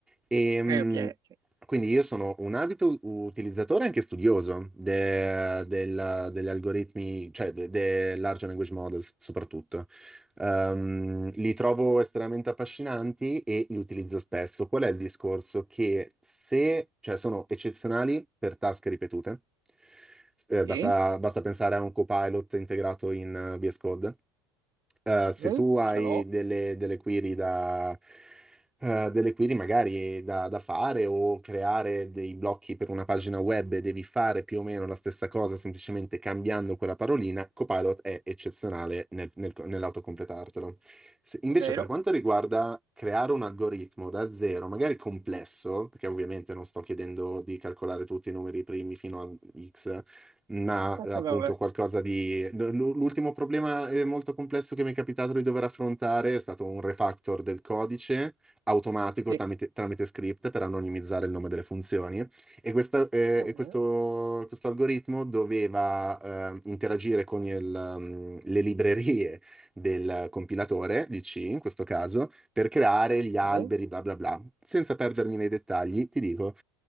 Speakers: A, in the centre; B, on the right.
A: E,
B: ok,
A: mh,
B: ok, ok.
A: quindi io sono un abito utilizzatore e anche studioso de- del- degli algoritmi, cioè de- dei large language models soprattutto. Ehm, li trovo estremamente affascinanti e li utilizzo spesso. Qual è il discorso? Che se, cioè, sono eccezionali per task ripetute. Eh,
B: Sì,
A: basta, basta pensare a un copilot integrato in eh, VS Code eh, se
B: ok,
A: tu hai
B: ce l'ho,
A: delle, delle query da, eh, delle query magari da, da fare o creare dei blocchi per una pagina web e devi fare più o meno la stessa cosa, semplicemente cambiando quella parolina, Copilot è eccezionale nel- nel- nell'autocompletartelo. Se- invece
B: è vero,
A: per quanto riguarda creare un algoritmo da zero, magari complesso, perché ovviamente non sto chiedendo di calcolare tutti i numeri primi fino a X, ma
B: Aspetta,
A: eh, appunto
B: vabbè.
A: qualcosa di... l- l- L'ultimo problema eh, molto complesso che mi è capitato di dover affrontare è stato un refactor del codice automatico
B: Sì,
A: tramite, tramite script per anonimizzare il nome delle funzioni e, questa- eh,
B: va
A: e
B: bene,
A: questo, questo algoritmo doveva eh, interagire con il, um, le librerie del compilatore di C in questo caso per creare gli alberi
B: ok.
A: bla bla bla. Senza perdermi nei dettagli, ti dico,